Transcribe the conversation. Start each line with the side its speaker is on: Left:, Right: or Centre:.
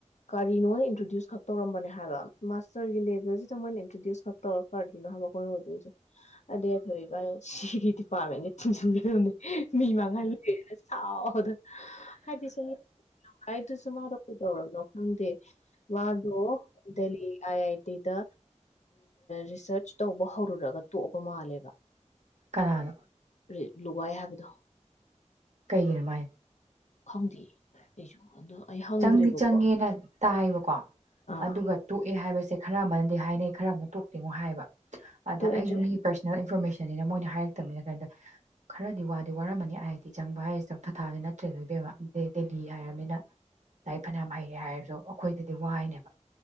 Left: ꯀꯔꯤꯅꯣꯅ ꯏꯟꯇ꯭ꯔꯣꯗ꯭ꯌꯨꯁ ꯈꯛ ꯇꯧꯔꯝꯕꯅꯦ ꯍꯥꯏꯕ ꯃꯥꯁꯇꯔꯒꯤ ꯂꯦꯚꯦꯜꯁꯤꯗ ꯃꯣꯏꯅ ꯏꯟꯇ꯭ꯔꯣꯗ꯭ꯌꯨꯁ ꯈꯛ ꯇꯧꯔ ꯀꯔꯤꯅꯣ ꯍꯥꯏꯕ ꯑꯩꯈꯣꯏ ꯑꯣꯢꯗꯣꯏꯁꯦ ꯑꯗꯩ ꯑꯩꯈꯣꯏ ꯏꯕꯥ ꯁꯤꯒꯤ ꯗꯤꯄꯥꯔꯠꯃꯦꯟ ꯊꯤꯡꯖꯟ ꯗꯨꯅꯤ ꯃꯤ ꯃꯥꯡꯍꯟꯒꯦꯅꯖꯨ ꯁꯥꯎꯕꯗ ꯍꯥꯏꯗꯤ ꯁꯤꯒꯤ <unintelligible> ꯃꯥꯗꯣ ꯀꯩꯗꯧꯔꯕꯅꯣ ꯈꯪꯗꯦ ꯃꯥꯗꯣ ꯗꯜꯂꯤ ꯑꯥꯏ ꯑꯥꯏ ꯇꯤꯗ ꯔꯤꯁꯔꯁ ꯇꯧꯕ ꯍꯧꯔꯨꯔꯒ ꯇꯣꯛꯑꯕ ꯃꯥꯜꯂꯦꯕ
Right: ꯀꯅꯥꯅꯣ꯫
Left: <unintelligible> ꯂꯨꯒꯥꯏ ꯍꯥꯏꯕꯗꯣ꯫
Right: ꯀꯩꯒꯤꯅꯣ ꯃꯥꯏ
Left: ꯈꯪꯗꯦ ꯑꯩꯁꯨ ꯑꯗꯣ ꯑꯩ ꯍꯪꯗ꯭ꯔꯦꯕꯀꯣ
Right: ꯆꯪꯗꯤ ꯆꯪꯉꯦꯅ ꯇꯥꯏꯑꯦꯕꯀꯣ
Left: ꯑꯥ
Right: ꯑꯗꯨꯒ ꯇꯣꯛꯑꯦ ꯍꯥꯏꯕꯁꯦ ꯈꯔ ꯑꯃꯗꯤ ꯍꯥꯏꯅꯩ ꯈꯔ ꯑꯃꯇ ꯇꯣꯛꯇꯦꯉꯣ ꯍꯥꯏꯕ ꯑꯗ
Left: ꯇꯣꯛꯑꯦ
Right: ꯑꯩꯁꯨ
Left: ꯇꯣꯛꯑꯦ
Right: ꯃꯤꯒꯤ ꯄꯔꯁꯣꯅꯦꯜ ꯏꯟꯐꯣꯔꯃꯦꯁꯟ ꯅꯤꯅ ꯃꯣꯏꯅ ꯍꯥꯏꯔꯛꯇꯕꯅꯤꯅ ꯀꯝꯇ ꯈꯔꯗꯤ ꯋꯥꯗꯤ ꯋꯥꯔꯝꯃꯅꯤ ꯑꯥꯏ ꯑꯥꯏ ꯇꯤ ꯆꯪꯕ ꯍꯥꯏꯁꯦ <unintelligible> ꯑꯗꯩ ꯗꯦꯜꯂꯤ ꯍꯥꯏꯔꯃꯤꯅ ꯂꯥꯏꯛ ꯐꯅꯌꯥꯝ ꯍꯩꯔꯦ ꯍꯥꯏꯔꯁꯨ ꯑꯣ ꯑꯩꯈꯣꯏꯗꯗꯤ ꯋꯥꯏꯅꯦꯕ